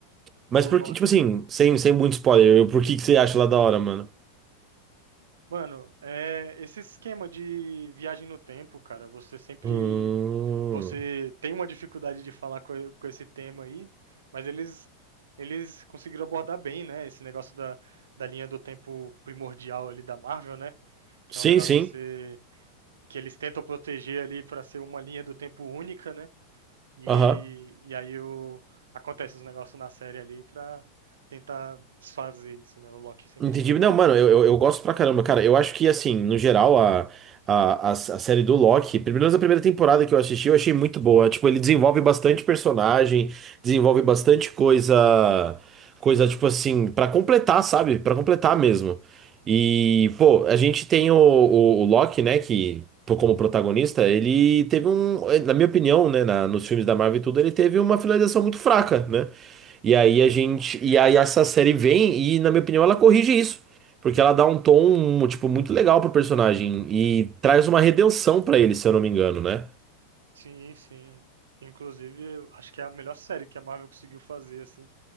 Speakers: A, on the right; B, on the right.
A: Mas
B: o
A: por
B: Loki
A: que, tipo assim,
B: ali.
A: sem, sem muito spoiler, por que que você acha lá da hora, mano?
B: Mano, é, esse esquema de viagem no tempo, cara, você sempre.
A: Hum...
B: Você tem uma dificuldade de falar com, com esse tema aí, mas eles, eles conseguiram abordar bem, né? Esse negócio da, da linha do tempo primordial ali da Marvel, né? Que
A: Sim,
B: é um negócio
A: sim.
B: que você. Que eles tentam proteger ali pra ser uma linha do tempo única, né? E,
A: Aham.
B: e aí o, acontece os negócios na série ali pra tentar desfazer isso, né? O Loki sempre
A: Entendi. Não, mano, eu, eu, eu gosto
B: estragando
A: pra caramba, cara.
B: tudo.
A: Eu acho que, assim, no geral, a, a, a, a série do Loki, pelo menos a primeira temporada que eu assisti, eu achei muito boa. Tipo, ele desenvolve bastante personagem, desenvolve bastante coisa, coisa, tipo assim, pra completar, sabe? Pra completar mesmo. E, pô, a gente tem o, o, o Loki, né, que, pô, como protagonista, ele teve um, na minha opinião, né, na, nos filmes da Marvel e tudo, ele teve uma finalização muito fraca, né? E aí
B: Sim,
A: a gente, e aí essa série vem e na minha opinião ela corrige isso, porque ela dá um tom tipo muito legal pro personagem e traz uma redenção pra ele, se eu não me engano, né?
B: sim, sim. Inclusive, eu acho que é a melhor série que a Marvel conseguiu fazer, assim.